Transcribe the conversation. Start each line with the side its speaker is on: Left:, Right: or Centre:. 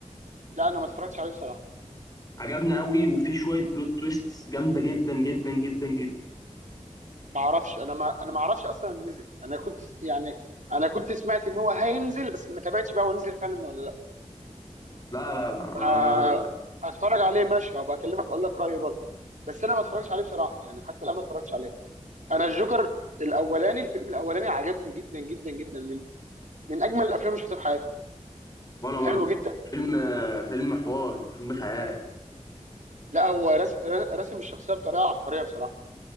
Right: لا انا ما اتفرجتش عليه بصراحه
Left: عجبني قوي وفي شويه بلوت تويستس جامده جدا جدا جدا جدا
Right: ما اعرفش انا ما انا ما اعرفش اصلا إنه نزل انا كنت يعني انا كنت سمعت ان هو هينزل بس ما تابعتش بقى هو نزل فعلا ولا لا
Left: لا لا لا انا
Right: فا هتفرج عليه ماشي وابقى اكلمك اقول لك رايي برضه بس انا ما اتفرجتش عليه بصراحه يعني حتى الان ما اتفرجتش عليه انا الجوكر الاولاني الفيلم الاولاني عجبني جدا جدا جدا من من اجمل الافلام اللي شفتها في حياتي
Left: وانا
Right: حلو
Left: برضو
Right: جدا
Left: فيلم فيلم حوار فيلم خيال
Right: لا هو رس- رسم الشخصيه بطريقه عبقريه بصراحه